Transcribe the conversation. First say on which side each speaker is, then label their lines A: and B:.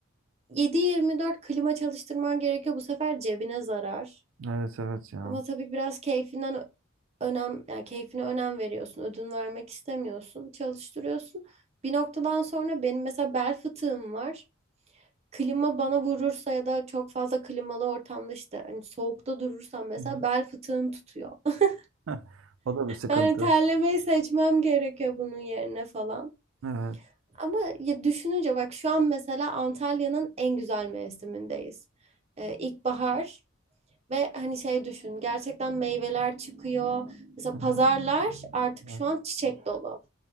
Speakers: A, on the right; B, on the right.
A: 7-24 klima çalıştırman gerekiyor. Bu sefer cebine zarar.
B: Evet evet ya.
A: Ama tabii biraz keyfinden önem yani keyfine önem veriyorsun. Ödün vermek istemiyorsun. Çalıştırıyorsun. Bir noktadan sonra benim mesela bel fıtığım var klima bana vurursa ya da çok fazla klimalı ortamda işte hani soğukta durursam mesela
B: Hı hı.
A: bel fıtığım tutuyor. <laughs>
B: <laughs> O da bir sıkıntı.
A: Yani terlemeyi seçmem gerekiyor bunun yerine falan.
B: Evet.
A: Ama ya düşününce bak şu an mesela Antalya'nın en güzel mevsimindeyiz. Ee, ilkbahar ve hani şey düşün gerçekten meyveler çıkıyor. Mesela
B: Hı hı.
A: pazarlar artık
B: Evet.
A: şu an çiçek dolu.